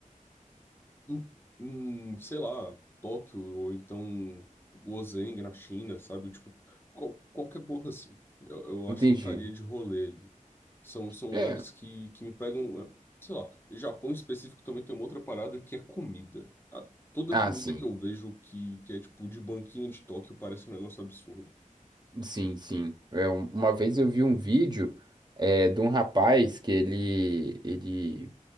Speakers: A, on the left; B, on the right.
A: em, em, sei lá, Tóquio ou então Gozheng na China, sabe? Tipo, qual- qualquer porra assim. Eu, eu
B: entendi.
A: acho que eu estaria de rolê ali. São, são
B: É,
A: lugares que, que me pegam, eh, sei lá, Japão em específico também tem uma outra parada que é comida. A- toda
B: ah,
A: comida
B: sim.
A: que eu vejo que, que é tipo de banquinha de Tóquio parece um negócio absurdo.
B: Sim, sim. É, um- uma vez eu vi um vídeo é, de um rapaz que ele, ele,